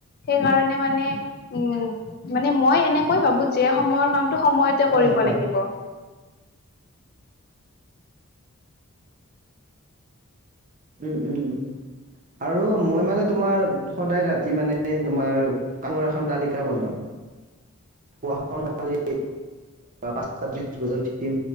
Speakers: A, on the left; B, on the right.
A: সেইকাৰণে মানে উম মানে মই এনেকৈ ভাবো যে সময়ৰ কামটো সময়তে
B: হয়
A: কৰিব
B: হয়
A: লাগিব।
B: উম উম আৰু মই মানে তোমাৰ সদায় ৰা- মানে তোমাৰ কামৰ এখন তালিকা বনাও পোৱা শুন কালে পাঁচটা ত্ৰিশ বজাত উঠিম।